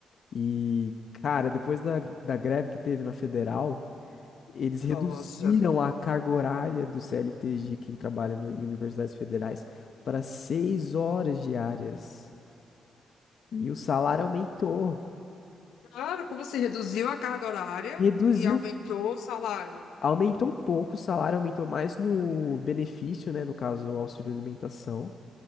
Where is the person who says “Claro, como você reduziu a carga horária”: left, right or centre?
Left